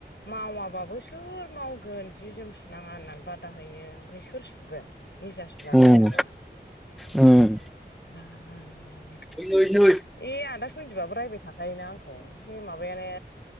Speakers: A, on the left (about 75°); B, in the centre.
A: मावाबाबो सोर मावगोन जि जोम सुनाङा होननानै बादा होयो ओमफ्राय सोर सुगोन। निजा सुनानै
B: उम
A: लायाबा।
B: उम।
A: <unintelligible>
B: नै नै।
A: ए आदा सनजिबआबो रायबाय थाखायोना आंखौ हे माबायानो।